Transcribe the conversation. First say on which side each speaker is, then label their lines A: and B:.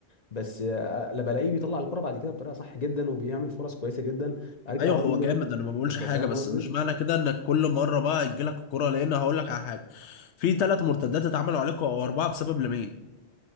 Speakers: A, on the left (about 40°); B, on the left (about 85°).
A: بس آه، لا بلاقيه بيطلع الكرة بعد كده بطريقه صح جدا وبيعمل فرص كويسه جدا ارجع
B: ايوه
A: اقول
B: هو
A: له
B: جامد انا ما بقولش
A: انت
B: حاجه
A: فاهم
B: بس
A: قصدي
B: مش معنى كده انك كل مره بقى يجيلك الكره لان هقول لك على حاجه في ثلاث مرتدات اتعملوا عليكم او اربعه بسبب لمين